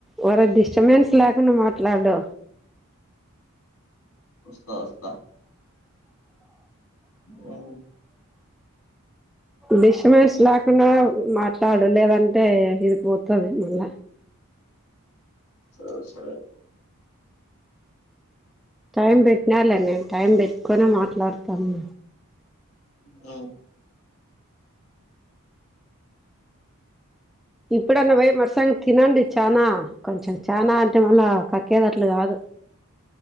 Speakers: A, in the centre; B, on the left.
A: ఒరెయ్ డిస్టబెన్స్ లేకుండా మాట్లాడు
B: వస్తా వస్తా ఆ
A: డిష్టబెన్స్ లేకుండా మాట్లాడులేదంటే ఇది పో తది మళ్ళ
B: సరే సరే
A: టైం పెట్టినాల నేను టైం పెట్టుకుని మాట్లాడతాను
B: ఆ
A: ఇప్పుడన్న పోయి మట్టసంగ తినండి చానా కొంచెం చానా అంటే మళ్ళా కక్కేటట్లు కాదు